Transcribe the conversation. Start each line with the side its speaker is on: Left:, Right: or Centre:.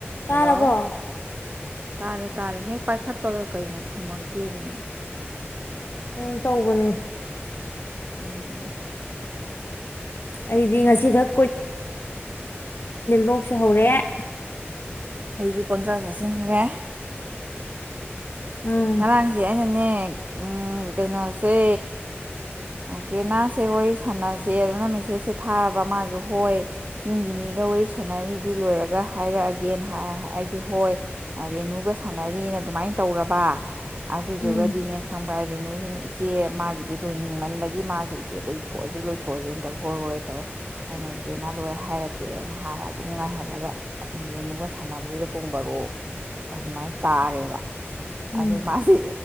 Left: ꯇꯥꯔꯕꯣ
Right: Hello ꯇꯥꯔꯦ ꯇꯥꯔꯦ ꯍꯦꯛ ꯄꯥꯏꯈꯠꯄꯒ ꯀꯩꯅꯣ ꯈꯨꯝꯃꯛꯇꯦꯃꯤ
Left: ꯎꯝ ꯇꯧꯕꯅꯦ
Right: ꯎꯝ
Left: ꯑꯩꯗꯤ ꯉꯁꯤꯈꯛ ꯂꯣꯛꯁꯨ ꯍꯧꯔꯛꯑꯦ
Right: ꯦ ꯄꯣꯟꯆꯥꯥ ꯆꯠꯁꯤꯟꯈ꯭ꯔꯦ
Left: ꯎꯝ
Right: ꯉꯔꯥꯡꯁꯦ ꯑꯩꯅꯅꯦ ꯀꯩꯅꯣꯁꯦ ꯒꯦꯅꯥꯁꯦ ꯋꯥꯔꯤ ꯁꯥꯟꯅꯁꯦ ꯑꯗꯨꯅ ꯃꯦꯁꯦꯁꯁꯦ ꯊꯥꯔꯕ ꯃꯥꯁꯨ ꯍꯣꯏ ꯌꯨꯝꯒꯤ ꯃꯤꯒ ꯋꯥꯔꯤ ꯁꯥꯟꯅꯔꯤꯗꯨ ꯂꯣꯏꯔ ꯒ ꯍꯥꯏꯔꯛꯑꯒꯦꯅ ꯑꯩꯁꯨ ꯍꯣꯏ ꯔꯦꯅꯨꯒ ꯁꯥꯟꯅꯔꯤꯅ ꯑꯗꯨꯃꯥꯏꯅ ꯇꯧꯔꯕ ꯑꯂꯨꯖꯒꯗꯤꯅꯦ
Left: ꯎꯝ
Right: ꯈꯪꯕ꯭ꯔꯥ ꯔꯦꯅꯨꯁꯤꯅ ꯏꯆꯦ ꯃꯥꯒꯤꯗꯨꯣ ꯂꯣꯏꯅꯤꯡ ꯍꯤꯡꯃꯟꯕꯒꯤ ꯃꯥꯁꯨ ꯏꯆꯦ ꯂꯣꯏꯊꯣꯛꯑꯁꯤ ꯂꯣꯏꯊꯣꯛꯑꯁꯤꯅ ꯇꯧꯦ ꯍꯣꯏ ꯍꯣꯏ ꯇꯧꯋꯦ ꯑꯩꯅ ꯏ ꯀꯦꯅꯥ ꯂꯣꯏꯔ ꯍꯥꯏꯔꯛꯀꯦꯅ ꯍꯥꯏꯔ ꯑꯗꯨꯝ ꯉꯥꯏꯍꯜꯂꯒ ꯑꯗꯨꯝ ꯔꯦꯅꯨꯒ ꯁꯥꯟꯅꯕꯁꯤꯗ ꯄꯨꯡ ꯕꯣꯔꯣꯛ ꯑꯗꯨꯃꯥꯏꯅ ꯇꯥꯔꯦꯕ
Left: ꯎꯝ
Right: ꯑ ꯃꯥꯔꯤ